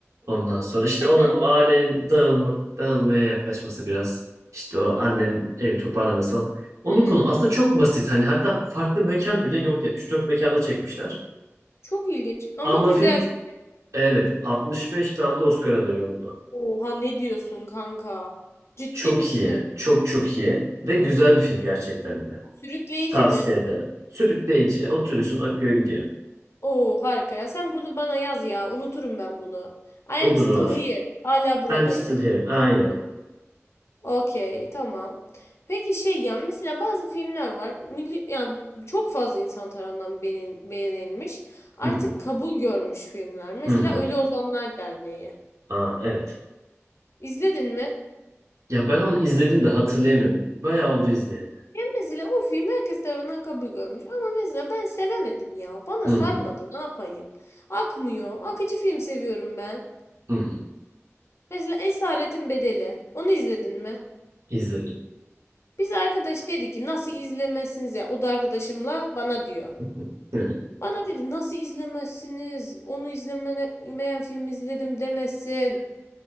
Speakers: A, on the right (about 90°); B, on the left (about 60°).
A: Ondan sonra işte
B: Hı
A: onların
B: hı.
A: o ailenin dağılma, dağılmaya yaklaşması biraz. İşte o annenin evi toparlaması falan. Onun
B: Hı.
A: konu aslında çok basit. Hani hatta farklı mekan bile yok ya. üç dört mekanda çekmişler.
B: Çok ilginç ama
A: Ama
B: güzel
A: film
B: film.
A: evet 65 dalda Oscar adayı oldu.
B: Oha ne diyorsun kanka? Ciddi
A: Çok
B: misin?
A: iyi. Çok çok iyi. Ve güzel bir film gerçekten de.
B: Sürükleyici
A: Tavsiye
B: mi?
A: ederim. Sürükleyici. Oturuyorsun akıyor gidiyor.
B: Oo harika ya. Sen bunu bana yaz ya. Unuturum ben bunu. I
A: Olur
B: am still
A: olur.
B: here. Hala buradayım.
A: I'm still here. Aynen.
B: Okey, tamam. Peki şey ya mesela bazı filmler var. Milli, yani çok fazla insan tarafından beğenil- beğenilmiş. Artık
A: Hı hı.
B: kabul görmüş filmler. Mesela
A: Hı hı.
B: Ölü Ozanlar Derneği.
A: Aa, evet.
B: İzledin mi?
A: Ya ben onu izledim de hatırlayamıyorum. Bayağı oldu izleyeli.
B: Ya mesela o film herkes tarafından kabul görmüş. Ama mesela ben sevemedim ya. Bana
A: Hı
B: sarmadı.
A: hı.
B: Ne yapayım? Akmıyor. Akıcı film seviyorum ben.
A: Hı hı.
B: Mesela Esaretin Bedeli. Onu izledin mi?
A: İzledim.
B: Biz arkadaş dedi ki nasıl izlemezsiniz ya? O da arkadaşımla bana diyor.
A: <laughs>
B: Bana dedi nasıl izlemezsiniz? Onu izlemeyen film izledim demesin.